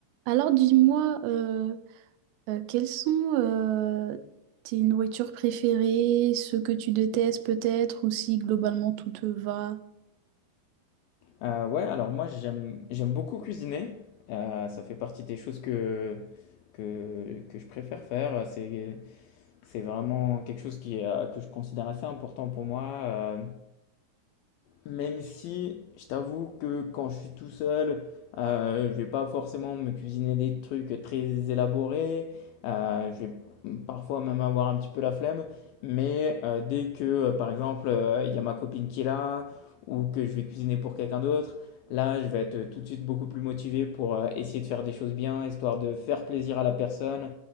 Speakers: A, on the right (about 85°); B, on the left (about 85°).
A: Alors dis-moi, euh, euh, quelles sont euh, tes nourritures préférées, ce que tu détestes peut-être, ou si globalement tout te va?
B: Euh, ouais, alors moi j'aime j'aime beaucoup cuisiner. Euh, ça fait partie des choses que, que, que je préfère faire. C'est, c'est vraiment quelque chose qui, est, euh, que je considère assez important pour moi. Euh, même si je t'avoue que quand je suis tout seul, euh, je vais pas forcément me cuisiner des trucs très élaborés. euh, je vais parfois même avoir un petit peu la flemme. Mais euh, dès que, euh, par exemple, euh, il y a ma copine qui est là ou que je vais cuisiner pour quelqu'un d'autre, là, je vais être tout de suite beaucoup plus motivé pour euh, essayer de faire des choses bien, histoire de faire plaisir à la personne